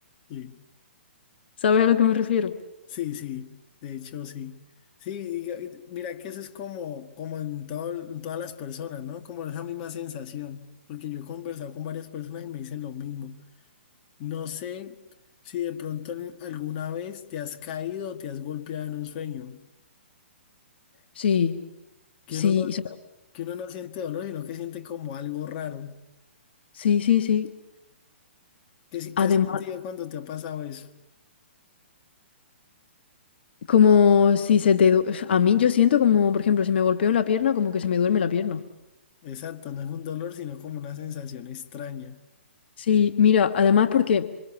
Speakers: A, on the left; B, on the left.
A: Sí.
B: ¿Sabes a lo que me refiero?
A: Sí, sí, de hecho sí. Sí, y- y mira que eso es como, como en, todo, en todas las personas, ¿no? Como esa misma sensación, porque yo he conversado con varias personas y me dicen lo mismo. No sé si de pronto en- alguna vez te has caído o te has golpeado en un sueño,
B: Sí,
A: que
B: sí,
A: uno no,
B: y so-
A: que uno no siente dolor, sino que siente como algo raro.
B: sí, sí, sí.
A: ¿Qué, si-
B: Además,
A: qué has sentido cuando te ha pasado eso?
B: como si se te... du- A mí yo siento como, por ejemplo, si me golpeo en la pierna, como que se me duerme la pierna.
A: Exacto, no es un dolor, sino como una sensación extraña.
B: Sí, mira, además porque...